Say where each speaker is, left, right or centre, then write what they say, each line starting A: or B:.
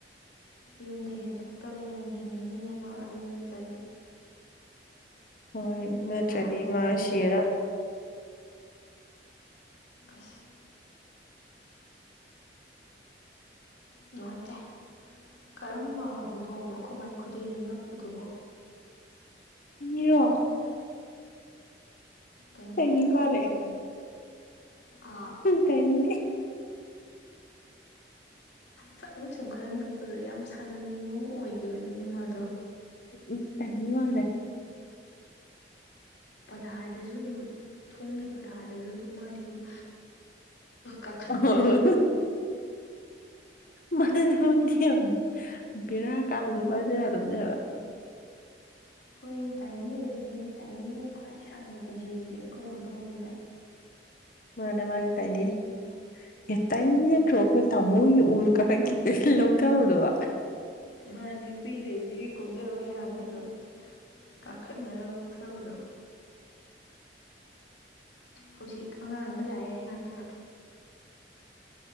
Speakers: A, on the left (about 85°); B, on the left (about 50°).
A: ꯌꯨꯝꯗ ꯍꯦꯟꯊꯣꯛꯇꯕꯅꯤꯅ ꯍꯤꯡꯉꯤꯕꯅꯤꯅꯦ ꯃꯥ ꯑꯗꯨ ꯅꯠꯇ꯭ꯔꯗꯤ
B: ꯍꯣꯏ
A: ꯃꯤꯅ
B: ꯅꯠꯇ꯭ꯔꯗꯤ
A: ꯐꯥꯔ ꯆꯥꯕꯤꯒꯗꯧꯅꯤ
B: ꯃꯥ ꯁꯤꯔ
A: ꯑꯁ ꯅꯨꯡꯉꯥꯏꯇꯦ ꯀꯔꯝꯕ ꯍꯧꯗꯣꯡꯅꯣ ꯈꯣꯚꯏ ꯈꯨꯗꯩꯗ ꯅꯞꯄꯗꯨꯕꯣ
B: ꯅꯤꯔꯣ
A: ꯇꯥꯏꯅꯤꯔ
B: ꯇꯥꯏꯅꯤ
A: ꯈꯪꯗ꯭ꯔꯦꯅꯦ
B: ꯃꯥꯂꯦ
A: ꯑꯥ
B: ꯇꯥꯏꯅꯤꯅꯦ
A: ꯄꯪ ꯁꯨꯝ ꯈꯔ ꯅꯞꯄꯗꯣ ꯌꯥꯝ ꯁꯥꯟꯅꯅꯤꯡꯕ ꯑꯃ ꯑꯣꯏꯈꯤꯕꯅꯤꯅꯦ ꯃꯥꯗꯣ
B: ꯎ ꯇꯅꯤ ꯋꯥ
A: ꯄꯇꯥꯔꯗꯁꯨ ꯑꯗꯨꯝ ꯊꯣꯡꯒꯤ ꯄꯇꯥꯔꯗꯁꯨ ꯑꯗꯨꯝ ꯃꯥꯗꯤ ꯑꯗꯨꯝ ꯀꯥꯈꯠꯄꯗ
B: ꯍꯣꯏ ꯍꯣꯏ ꯃꯥ ꯃꯣꯏꯗꯤ ꯌꯥꯝ ꯕꯦꯔꯥ ꯀꯥꯕꯗꯤꯦ ꯃꯥꯗ ꯑꯗꯨꯝꯅꯦꯕ
A: ꯍꯣꯏꯅꯦ ꯇꯥꯏꯅꯤ ꯑꯣꯏꯗꯣꯏꯅꯦ ꯇꯥꯏꯅꯤꯅꯦ ꯈ꯭ꯋꯥꯏ ꯁꯥꯡꯅ ꯄꯨꯟꯁꯤꯔꯤꯁꯦ ꯑꯩꯈꯣꯏ ꯍꯧꯗꯣꯡꯉꯩꯗ
B: ꯃꯥꯅꯦ ꯃꯥꯅꯦ ꯇꯥꯏꯅꯤꯅꯦ ꯑꯦꯇꯩꯒꯤꯠꯇ꯭ꯔꯣꯈ ꯇꯃꯣ ꯎꯔ ꯀꯈꯤ ꯂꯧꯗꯕꯗꯕ
A: ꯃꯥꯅꯦ ꯍꯨꯏ ꯂꯩꯕꯒꯤ ꯀꯨꯝꯊꯔꯑꯣ ꯌꯥꯗꯅ ꯀꯥꯈꯠ ꯂꯧ ꯊꯕꯗꯣ ꯍꯧꯖꯤꯛ ꯑꯉꯥꯡ ꯑꯃ ꯂꯥꯛꯑꯦ ꯑꯩꯅꯥꯥꯛꯛꯇ